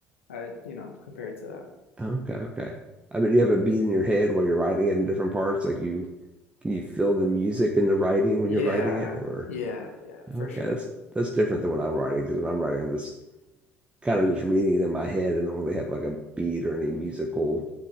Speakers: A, on the left (about 80°); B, on the right (about 15°).
A: I you know, compare it to that.
B: Okay. Okay. I mean, do you have a beat in your head while you're writing it in different parts? Like you, can you feel the music in the writing when
A: Yeah.
B: you're writing it? Or
A: Yeah, yeah, for
B: okay,
A: sure.
B: that's that's different than when I'm writing because when I'm writing, I'm just kind of just reading it in my head I don't really have like a beat or any musical,